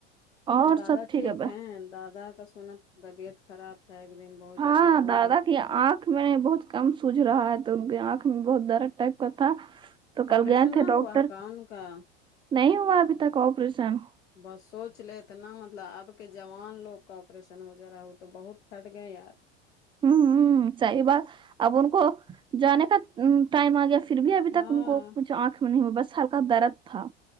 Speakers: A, on the right; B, on the left.
A: اور
B: دادا
A: سب
B: ٹھیک
A: ہے بھائی
B: ہیں دادا کا سنا طبیعت خراب تھا ایک دن بہت
A: ہاں
B: زیادہ رو
A: دادا
B: رہے تھے
A: کی آنکھ میں بہت کم سوج رہا ہے تو ان کے آنکھ میں بہت درد ٹائپ کا تھا تو کل
B: آپریشن
A: گئے تھے
B: نہ
A: ڈاکٹر
B: ہوا ہے کا ان کا
A: نہیں ہوا ابھی تک آپریشن
B: بس سوچ لے اتنا مطلب اب کے جوان لوگ کا آپریشن ہو جا رہا ہے وہ تو بہت ٹھٹ گئے یار
A: ؤں ہوں صحیح بات اب ان کو جانے کا وں ٹائم آ گیا پھر بھی ابھی
B: ہاں
A: تک ان کو کچھ آنکھ میں نہیں ہوا بس ہلکا درد تھا